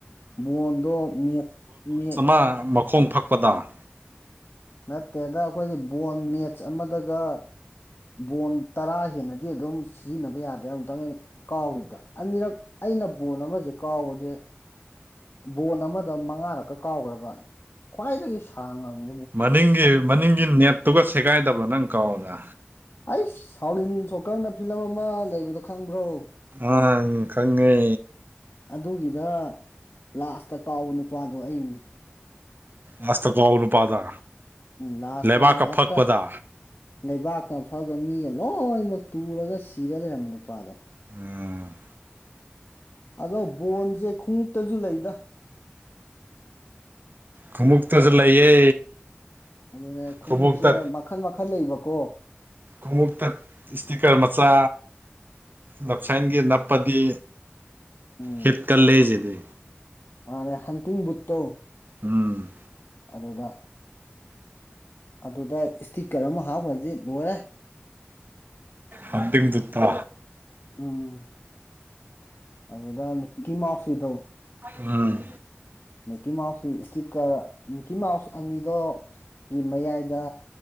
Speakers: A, on the left (about 60°); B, on the right (about 50°).
A: ꯕꯣꯟꯗ ꯃꯦꯞ ꯅꯦꯠ
B: <inaudible> ꯈꯣꯡ ꯐꯛꯄꯗ
A: ꯅꯠꯇꯦꯗ ꯑꯩꯈꯣꯏꯁꯦ ꯕꯣꯜ ꯃꯦꯠꯆ ꯑꯃꯗꯒ ꯕꯣꯟ ꯇꯔꯥ ꯍꯦꯟꯅꯗꯤ ꯑꯗꯨꯝ ꯁꯤꯖꯤꯟꯅꯕ ꯌꯥꯗ꯭ꯔꯦ ꯑꯃꯝꯨꯇꯪ ꯑꯩ ꯀꯥꯎꯔꯤꯕꯗ ꯑꯅꯤꯔꯛ ꯑꯩꯅ ꯕꯣꯟ ꯑꯃꯁꯦ ꯀꯥꯎꯕꯁꯦ ꯕꯣꯟ ꯑꯃꯗ ꯃꯉꯥꯔꯛꯀ ꯀꯥꯎꯈ꯭ꯔꯕ ꯈ꯭ꯋꯥꯏꯗꯒꯤ ꯁꯥꯡꯉꯝꯅꯤ
B: ꯃꯅꯤꯡꯒꯤ ꯃꯅꯤꯡꯒꯤ ꯅꯦꯠꯇꯨꯒ ꯁꯦꯒꯥꯏꯗꯕ꯭ꯔꯣ ꯅꯪ ꯀꯥꯎꯕꯗ
A: ꯑꯩꯁ ꯁꯥꯎꯂꯤꯟ ꯁꯣꯀꯔꯅ ꯐꯤꯂꯝ ꯑꯃ ꯂꯩꯕꯗꯣ ꯈꯪꯕ꯭ꯔꯣ
B: ꯑ ꯈꯪꯉꯦ
A: ꯑꯗꯨꯒꯤꯗ ꯂꯥꯁꯇ ꯀꯥꯎꯕ ꯅꯨꯄꯥꯗꯣ ꯑꯩꯅꯤ
B: ꯃꯁꯇ ꯀꯥꯎꯕ ꯅꯨꯄꯥꯗ
A: ꯎꯝ ꯂꯥꯁꯇ
B: ꯂꯩꯕꯥꯛꯀ
A: ꯍꯦꯛꯇ
B: ꯐꯛꯄꯗ
A: ꯂꯩꯕꯥꯛꯀ ꯐꯛ ꯑ ꯒ ꯃꯤꯒ ꯂꯣꯏꯅꯃꯛ ꯇꯨꯔꯒ ꯁꯤꯔ ꯂꯩꯔꯝꯕ ꯅꯨꯄꯥꯗꯣ
B: ꯎꯝ
A: ꯑꯗꯣ ꯕꯣꯟꯁꯦ ꯈꯣꯡꯎꯇꯁꯨ ꯂꯩꯗ
B: ꯈꯉꯨꯞꯇꯁꯨ ꯂꯩꯌꯦ
A: ꯑꯗꯨꯅꯦ ꯈꯨꯉꯨꯞꯁꯦ
B: ꯈꯣꯡꯎꯞꯇ
A: ꯃꯈꯜ ꯃꯈꯜ ꯂꯩꯕꯀꯣ
B: ꯈꯣꯡꯎꯞꯇ ꯏꯁꯇꯤꯀꯔ ꯃꯆꯥ ꯂꯞꯁꯥꯡꯒꯤ ꯅꯞꯄꯗꯤ
A: ꯎꯝ
B: ꯍꯤꯠ ꯒꯥꯜꯂꯦ ꯍꯥꯢꯖꯤꯅꯤ
A: ꯃꯥꯅꯦ ꯍꯥꯟꯇꯤꯡ ꯄꯨꯠꯇꯣ
B: ꯎꯝ
A: ꯑꯗꯨꯗ ꯑꯗꯨꯗ ꯏꯁꯇꯤꯛꯀꯔ ꯑꯃ ꯍꯥꯞꯈ꯭ꯔꯗꯤ ꯂꯣꯏꯔꯦ
B: ꯍꯥꯟꯇꯤꯡ ꯄꯨꯠꯇꯣ
A: ꯎꯝ ꯑꯗꯨꯗ ꯃꯤꯛꯀꯤ ꯃꯥꯞꯁ ꯒꯤꯗꯣ
B: ꯎꯝ
A: ꯃꯤꯛꯀꯤ ꯃꯥꯎꯁꯀꯤ ꯏꯁꯇꯤꯛꯀꯔ ꯃꯤꯛꯀꯤ ꯃꯥꯎꯁ ꯑꯅꯤꯗꯨ ꯒꯤ ꯃꯌꯥꯏꯗ